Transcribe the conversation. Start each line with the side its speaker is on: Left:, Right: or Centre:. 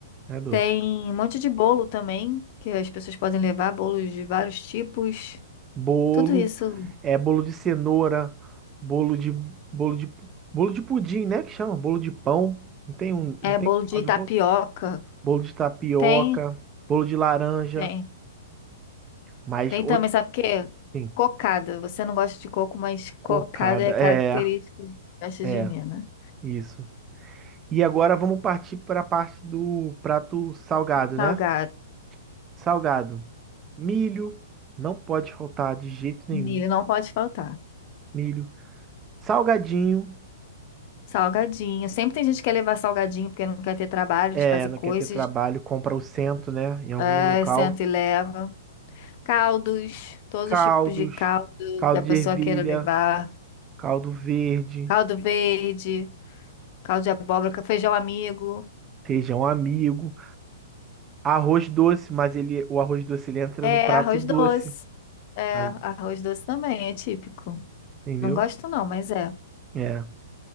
Right: É doce.
Left: Tem um monte de bolo também, que as pessoas podem levar, bolos de vários tipos.
Right: Bolo,
Left: Tudo isso.
Right: é bolo de cenoura, bolo de bolo de bolo de pudim, né? Que chama bolo de pão. Não tem um,
Left: É
Right: não tem
Left: bolo
Right: um
Left: de
Right: tal de
Left: tapioca.
Right: bolo. Bolo de tapioca,
Left: Tem,
Right: bolo de laranja.
Left: tem.
Right: Mas,
Left: Tem
Right: o-
Left: também, sabe o quê?
Right: sim,
Left: Cocada. Você não gosta de coco, mas
Right: cocada.
Left: cocada é característica
Right: É,
Left: de festa
Right: é,
Left: junina.
Right: isso. E agora vamos partir para a parte do prato salgado,
Left: Salgado.
Right: né? Salgado. Milho, não pode faltar de jeito nenhum.
Left: Milho não pode faltar.
Right: Milho. Salgadinho,
Left: Salgadinho. Sempre tem gente que quer levar salgadinho porque não quer ter trabalho
Right: é,
Left: de fazer
Right: não
Left: coisas.
Right: quer ter trabalho, compra o cento né? Em algum
Left: Aí
Right: local.
Left: senta e leva. Caldos, todos
Right: Caldos,
Left: os tipos de caldo
Right: caldo
Left: que a pessoa
Right: de ervilha,
Left: queira levar.
Right: caldo verde,
Left: Caldo verde, caldo de abóbora, feijão amigo.
Right: feijão amigo, arroz doce, mas ele, o arroz doce ele entra
Left: É,
Right: no prato
Left: arroz
Right: doce,
Left: doce. É,
Right: aí,
Left: arroz doce também, é típico.
Right: entendeu?
Left: Não gosto não, mas é.
Right: É.